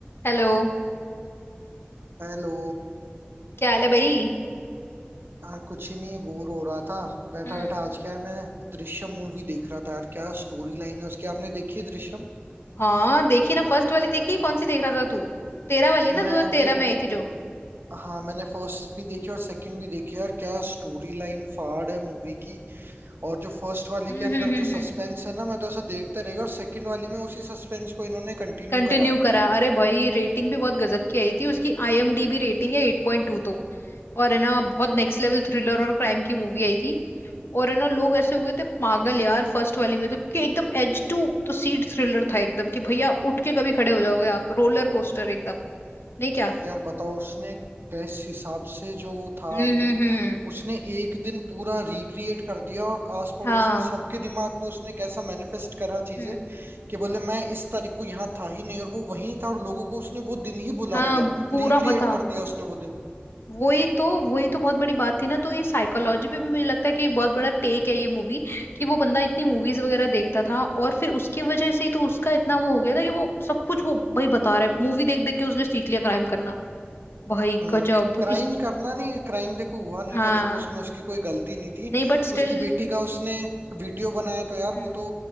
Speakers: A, on the left; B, on the right.
A: Hello
B: Hello
A: क्या हाल है भाई
B: यार कुछ ही नहीं बोर हो रहा था बैठा
A: हम्म
B: बैठा आज क्या है मैं दृश्यम मूवी देख रहा था यार क्या स्टोरी लाइन है उसकी आपने देखी है दृश्यम
A: हाँ देखी ना फर्स्ट वाली देखी कौन सी देख रहा था तू तेरह वाली ना
B: मैं
A: दो हजार
B: अभी
A: तेरह में आई थी जो
B: हाँ मैंने फर्स्ट भी देखी और सेकंड भी देखी यार क्या स्टोरी लाइन फाड़ है मूवी की और जो फर्स्ट वाली
A: हम्म
B: के अंदर
A: हम्म हम्म
B: जो सस्पेंस
A: हम्म।
B: है ना मैं तो ऐसा देखता रहेगा और सेकंड वाली में उसी सस्पेंस को इन्होंने कंटिन्यू
A: कंटिन्यू
B: करा है
A: करा अरे भाई रेटिंग भी बहुत गजब की आई थी उसकी आईएमडीबी रेटिंग है एट पॉइंट टू तो और है ना बहुत नेक्स्ट लेवल थ्रिलर और क्राइम की मूवी आई थी और है ना लोग ऐसे हो गए थे पागल यार फर्स्ट वाली में तो क्योंकि एकदम एज टू तो सीट थ्रिलर था एकदम कि भैया उठ के कभी खड़े हो जाओगे आप रोलर कोस्टर एकदम नहीं क्या
B: यार बताओ उसने किस हिसाब से जो वो था
A: हम्म
B: आदमी
A: हम्म हम्म
B: उसने एक दिन पूरा रिक्रिएट कर दिया और आस पड़ोस
A: हाँ
B: में सबके दिमाग में उसने कैसा मैनिफेस्ट करा चीजें
A: हम्म।
B: कि बोले मैं इस तारीख को यहाँ था ही नहीं और वो वहीं था और लोगों को उसने वो दिन ही बुला
A: हाँ
B: दिया
A: पूरा
B: रिक्रिएट
A: बता
B: कर दिया उसने वो दिन
A: वही तो वही तो बहुत बड़ी बात थी ना तो ये साइकोलॉजी पे भी मुझे लगता है कि एक बहुत बड़ा टेक है ये मूवी कि वो बंदा इतनी मूवीज वगैरह देखता था और फिर उसकी वजह से ही तो उसका इतना वो हो गया था कि वो सब कुछ वो भाई बता रहा है मूवी देख देख के उसने सीख लिया क्राइम करना भाई
B: हम्म
A: गजब
B: क्राइम
A: इस
B: करना नहीं क्राइम देखो हुआ नहीं
A: हाँ
B: था देखो उसमें उसकी कोई गलती नहीं थी
A: नहीं बट स्टिल
B: उसकी बेटी का उसने वीडियो बनाया तो यार
A: हम्म
B: वो तो